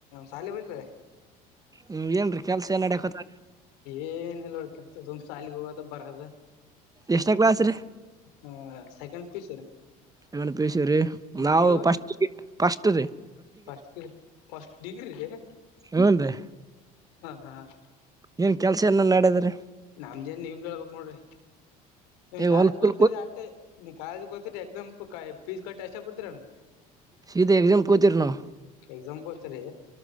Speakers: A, on the left; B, on the right.
A: ಶಾಲಿ ಬಲ್ಲೆ ರಿ
B: ಹ್ಮ್ ಏನ್ರಿ ಕೆಲ್ಸ ಏನ್ ನಡ್ಯಾಕತ್ತಾದ.
A: ಏನ್ <inaudible> ಶಾಲಿಗೆ ಹೋಗೋದ ಬರದ
B: ಎಷ್ಟಾ ಕ್ಲಾಸ್ ರೀ
A: ಹ second P U C
B: second PUC ರಿ ನಾವು
A: ನೀವು
B: ಫಸ್ಟ್ ಪಿಯು ಫಸ್ಟ್ ರಿ
A: ಫಸ್ಟ್ ಪಸ್ಟ್ ಡಿಗ್ರಿ ಹ್ಮ
B: ಹ್ನ್ ರೀ
A: ಹಾ ಹ
B: ಏನ್ ಕೆಲ್ಸ ಎನ ನಡ್ಯದ್ರ
A: ನಮ್ದ ಏನ ನಿಮ್ದ ಹೇಳಬೇಕ ನೋಡ್ರಿ. ನಿನ್
B: ಈಗ
A: ಕಾಲೇಜ್
B: ಹೊಲ್ಪಲ್
A: ಹೋಗ್ತೀರಿ
B: ಕೂ
A: ಅಟ್ಟೆ ಕಾಲೇಜ್ ಹೋಗ್ತೀರಿ ಎಕ್ಸಾಮ್ ಪೀಸ್ ಕಟ್ಟ. ಚಷ್ಟಾಪುರತ್ರು <inaudible>
B: ಸೀದಾ ಎಕ್ಸಾಮ ಹೋಗ್ತೀವಿರಿ ನಾವ
A: ಎಕ್ಸಾಮ್ ಗ ಹೋಗ್ತೀವಿರಿ